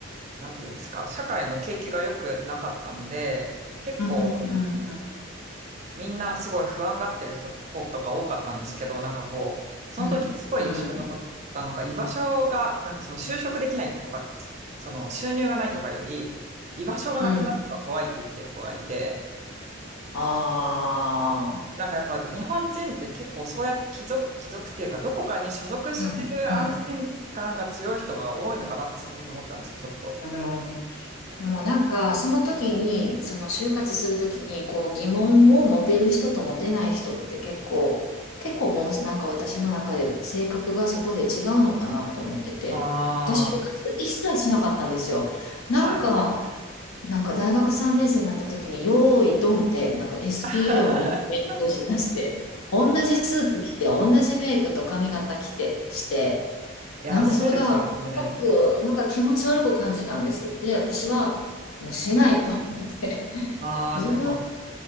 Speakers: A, on the right (about 35°); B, on the left (about 85°).
A: う、なんていうんですか、社会の景気が良くなかったんで、結構
B: うん、うん、
A: みんなすごい不安がってる人と子とか多かったんですけど、なんかこう、その時にすごい印象に残ったのが、
B: うん、うん、うん。
A: 居場所が、なんかその就職できないとか、その収入がないとかより、居場所がなくなるのが怖いって言ってる子がいて、
B: うんあ
A: なんかやっぱ日本人って結構そうやって帰属、帰属っていうか、どこかに所属してる安心感が強い人が多いのかなってその時思ったんですよ、
B: あー、うん、
A: ちょっと。
B: うん、うん。でもなんか、その時に、その就活する時に、こう疑問を持てる人と持てない人って結構、結構もうなんか私の中で性格がそこで違うのかなと思ってて、
A: あ
B: 私就活一切しなかったんですよ。なんか、
A: あ、はい。
B: なんか大学3年生になった時に、よーいドンって、なんか SPA
A: <laughs>
B: をみんな勉強しだして、同じスーツ着て、同じメイクと髪型着て、して、
A: いや、
B: なんかそれが、
A: そうですよね。
B: すごく、なんか気持ち悪く感じたんです。で、私は、もうしないと思って。<laughs>
A: ああ、
B: 自分、
A: でも、